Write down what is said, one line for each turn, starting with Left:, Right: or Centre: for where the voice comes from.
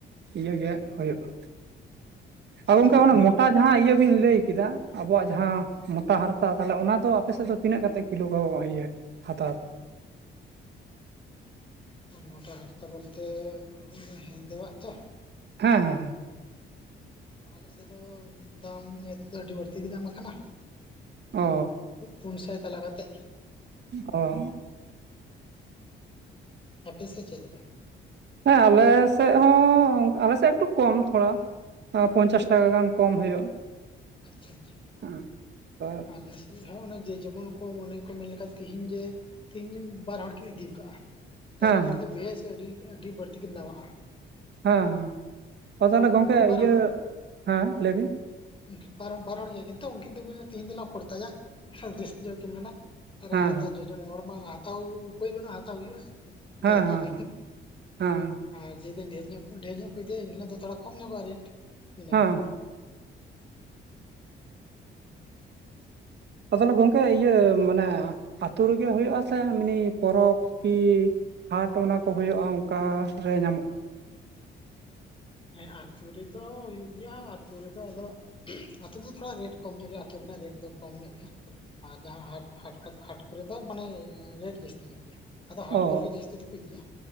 Right: ᱤᱭᱟᱹ ᱜᱮ ᱦᱩᱭᱩᱜᱼᱟ᱾ ᱟᱫᱚ
Left: ᱟᱪᱪᱷᱟ
Right: ᱚᱱᱠᱟ
Left: ᱜᱚᱝᱠᱮ
Right: ᱚᱱᱟ ᱢᱚᱴᱟ ᱡᱟᱦᱟᱸ ᱤᱭᱟᱹ ᱵᱤᱱ ᱞᱟᱹᱭ ᱠᱮᱫᱟ, ᱟᱵᱚᱣᱟᱜ ᱡᱟᱦᱟᱸ ᱢᱚᱛᱟ ᱦᱟᱨᱛᱟ ᱛᱟᱦᱚᱞᱮ ᱚᱱᱟ ᱫᱚ ᱟᱯᱮᱥᱮᱫ ᱫᱚ ᱛᱤᱱᱟᱹᱜ ᱠᱟᱛᱮᱫ ᱠᱤᱞᱳ ᱠᱚ ᱤᱭᱟᱹ ᱦᱟᱛᱟᱣ ᱫᱟ᱾
Left: ᱢᱚᱴᱟ ᱦᱟᱨᱛᱟ ᱵᱚᱞᱛᱮ ᱩᱱᱟᱹ ᱦᱮᱸᱫᱮᱣᱟᱜ ᱛᱚ᱾
Right: ᱦᱮᱸ ᱦᱮᱸ ᱦᱮᱸ᱾
Left: ᱟᱞᱮ ᱥᱮᱫ ᱫᱚ ᱫᱟᱢ ᱱᱤᱛᱚᱜ ᱫᱚ ᱟᱹᱰᱤ ᱵᱟᱹᱲᱛᱤ ᱜᱮ ᱫᱟᱢ ᱟᱠᱟᱱᱟ᱾
Right: ᱚ
Left: ᱯᱩᱱ ᱥᱟᱭ ᱛᱟᱞᱟ ᱠᱟᱛᱮᱜ᱾
Right: ᱚᱸ
Left: ᱟᱯᱮ ᱥᱮᱜ ᱪᱮᱜ ᱞᱮᱠᱟ?
Right: ᱦᱮᱸ ᱟᱞᱮ ᱥᱮᱜ ᱦᱚᱸ ᱟᱞᱮᱥᱮᱫ ᱮᱠᱴᱩ ᱠᱚᱢ ᱛᱷᱚᱲᱟ᱾ ᱯᱚᱧᱪᱟᱥ ᱴᱟᱠᱟ ᱜᱟᱱ ᱠᱚᱢ ᱦᱩᱭᱩᱜᱼᱟ᱾
Left: ᱟᱪᱪᱷᱟ ᱪᱷᱟ᱾
Right: ᱦᱮᱸ ᱛᱚ,
Left: ᱟᱞᱮᱥᱮᱜ ᱦᱚᱸ ᱚᱱᱮ ᱡᱮᱢᱚᱱ ᱠᱚ ᱢᱚᱱᱮ ᱠᱚ ᱢᱮᱱᱞᱠᱷᱟ ᱛᱤᱦᱤᱧ ᱡᱮ, ᱛᱮᱧᱤᱢ ᱵᱟᱨ ᱦᱚᱲ ᱠᱤᱱ ᱤᱫᱤ ᱟᱠᱟᱜᱼᱟ᱾ ᱛᱟᱦᱚᱞᱮ
Right: ᱦᱮᱸ
Left: ᱩᱱᱠᱤᱱ ᱫᱚ ᱵᱮᱥ ᱟᱹᱰᱤ ᱟᱹᱰᱤ ᱵᱟᱹᱲᱛᱤ ᱠᱤᱱ ᱫᱟᱢᱟᱜᱼᱟ᱾
Right: ᱦᱮᱸ ᱦᱮᱸ ᱚ ᱛᱟᱦᱚᱞᱮ ᱜᱚᱝᱠᱮ
Left: ᱩᱱᱠᱤᱱ ᱵᱟᱨ
Right: ᱤᱭᱟᱹ
Left: ᱦᱚᱲ
Right: ᱦᱮᱸ ᱞᱟᱹᱭ ᱵᱤᱱ?
Left: ᱩᱱᱠᱤᱱ ᱯᱟᱨᱳᱢ ᱵᱟᱨ ᱦᱚᱲ ᱜᱮᱭᱟ ᱠᱤᱱ ᱛᱚ ᱩᱱᱠᱤᱱ ᱫᱚ ᱛᱮᱦᱤᱧ ᱫᱚᱞᱟᱝ ᱯᱚᱲᱛᱟᱭᱟ᱾ ᱦᱮᱸ ᱡᱟᱹᱥᱛᱤ ᱧᱚᱜ ᱠᱤᱱ ᱢᱮᱱᱟ ᱟᱨ
Right: ᱦᱮᱸ ᱦᱮᱸ
Left: ᱦᱟᱛᱟᱣ ᱡᱚᱡᱚᱢ ᱦᱚᱲᱢᱟ ᱦᱟᱛᱟᱣ ᱩᱯᱟᱹᱭ ᱵᱟᱹᱱᱩᱜᱼᱟ ᱦᱟᱛᱟᱣ ᱦᱩᱭᱩᱜᱼᱟ᱾
Right: ᱦᱮᱸ
Left: ᱡᱟ ᱫᱟᱢ᱾
Right: ᱦᱮᱸ
Left: ᱟᱨ ᱡᱮᱫᱤᱱ ᱰᱷᱮᱨ ᱧᱚᱜ ᱰᱷᱮᱨ ᱧᱚᱜ ᱠᱚ ᱤᱫᱤᱭᱟ ᱮᱱᱦᱤᱞᱳᱜ ᱫᱚ ᱛᱷᱚᱲᱟ ᱠᱚᱢ ᱧᱚᱜᱼᱟ ᱨᱮᱹᱴ ᱤᱱᱟᱹᱜᱮ᱾
Right: ᱦᱮᱸ ᱦᱮᱸ ᱛᱟᱦᱚᱞᱮ ᱜᱚᱝᱠᱮ ᱤᱭᱟᱹ ᱢᱟᱱᱮ, ᱟᱹᱛᱩ ᱨᱮᱜᱮ ᱦᱩᱭᱩᱜ-ᱟ ᱥᱮ ᱮᱢᱱᱤ ᱯᱚᱨᱚᱵᱽ ᱠᱤ, ᱦᱟᱴ ᱚᱱᱟ ᱠᱚ ᱦᱩᱭᱩᱜᱼᱟ ᱚᱱᱠᱟ ᱨᱮ ᱧᱟᱢᱚᱜᱼᱟ᱾
Left: ᱦᱮᱸᱟᱛᱳ ᱨᱮᱫᱚ ᱦᱩᱭᱩᱜ ᱜᱮᱭᱟ ᱟᱛᱳ ᱨᱮᱫᱚ ᱟᱫᱚ, ᱟᱹᱛᱳ ᱨᱮᱫᱚ ᱛᱷᱚᱲᱟ ᱨᱮᱴ ᱠᱚᱢ ᱧᱚᱜ ᱜᱮᱭᱟ, ᱟᱹᱛᱩ ᱨᱮᱭᱟᱜ ᱨᱮᱴ ᱫᱚ ᱠᱚᱢ ᱧᱚᱜ ᱜᱮᱭᱟ᱾ ᱟᱨ ᱡᱟᱦᱟᱸ ᱦᱟᱴ ᱦᱟᱴ ᱠᱚᱨᱮ ᱫᱚ ᱢᱟᱱᱮ ᱨᱮᱴ ᱡᱟᱹᱥᱛᱤ ᱧᱚᱜ ᱜᱮᱭᱟ᱾ ᱟᱫᱚ
Right: ᱚ
Left: ᱦᱟᱴ ᱠᱚᱨᱮ ᱜᱮ ᱡᱟᱹᱥᱛᱤ ᱫᱚᱠᱚ ᱤᱫᱤᱭᱟ᱾